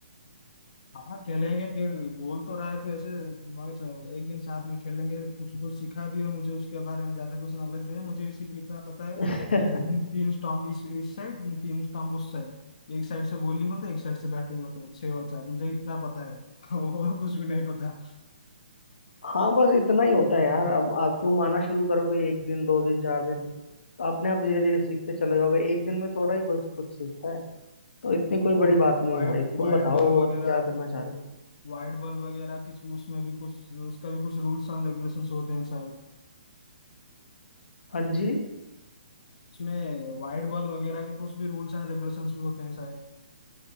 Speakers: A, on the left (about 40°); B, on the left (about 85°).
A: हाँ खेलेंगे फिर बोल तो रहा है तो ऐसे मगर एक दिन साथ में खेलेंगे कुछ कुछ सिखा दियो मुझे उसके बारे में ज्यादा कुछ नॉलेज नहीं है मुझे सिर्फ इतना पता है अ,
B: <laughs>
A: तीन स्टंप इस इस साइड तीन स्टंप उस साइड एक साइड से बॉलिंग होता है एक साइड से बैटिंग होता है छह और चार मुझे इतना पता है <laughs> और कुछ भी नहीं पता
B: हाँ बस इतना ही होता है यार अब आप तुम आना शुरू करोगे एक दिन दो दिन चार दिन तो अपने आप धीरे धीरे सीखते चले जाओगे एक दिन में थोड़ा ही कुछ कुछ सीखता है तो इतनी कोई
A: तो
B: बड़ी बात नहीं
A: वाइड
B: है भाई तुम
A: वाइड
B: बताओ
A: बॉल वगैरह
B: और क्या करना चाह रहे हो
A: वाइट बॉल वगैरह की उसमें भी कुछ उसका भी कुछ रूल्स एंड रेगुलेशंस होते हैं शायद
B: हाँ जी
A: उसमें वाइट बॉल वगैरह के कुछ भी रूल्स एंड रेगुलेशंस भी होते हैं शायद